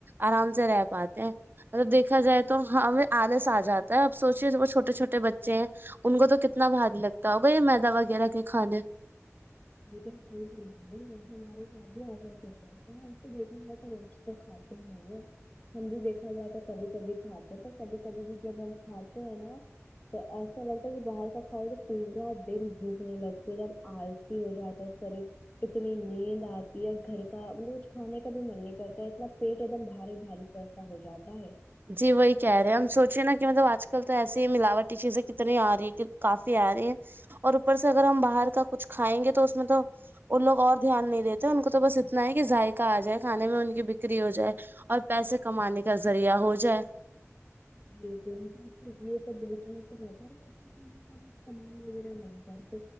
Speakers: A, on the right; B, on the left.
A: آرام سے رہ پاتے ہیں جب دیکھا جائے تو ہم آلس آ جاتا تب سوچے وہ چھوٹے چھٹے بچے ہیں ان کو تو کتنا بھاری لگتا ہوگا یہ میدا وغیرہ کے کھانے
B: گ مطے ہمارے گ بھی آ جائے تو تو دیکھ رہ تو کھاتی نہیں ہے ہم بھی دیکھا جاتا کبھی کبھی کھاتے تو کبھی کبھی بھی جب ہم کھاتے ہیں نا تو ایسا لگتا ہے کہ باہر کا کھؤا پورا دن بھوکنے لگتی ایک دم آل ہو جاتا ہے سرف اتنی نیند آتی ہے گھر کا مطلب کچھ کھانے کا بھی من نہیں کرتا اتنا پیٹ ایک دم بھاری بھاری س ہو جاتا ہے
A: جی وہی کہہ رہے ہیں ہم سوچے نا کہ مطلب آج کل تو ایسی ہی ملاوٹی چیزیں کتنی آ رہی ہے کافی آ رہی ہیں اور اوپر سے اگر ہم باہر کا کچھ کھائیں گے تو اس میں تو ان لوگ اور دھیان نہیں دیتے ان کو تو بس اتنا ہے کہ ذائقہ آ جائے کھانے میں ان کی بکری ہو جائے اور پیسے کمانے کا ذریعہ ہو جائے
B: ج یہ تو بیچ تو نپر کمال وغیرہ نہیں کرتے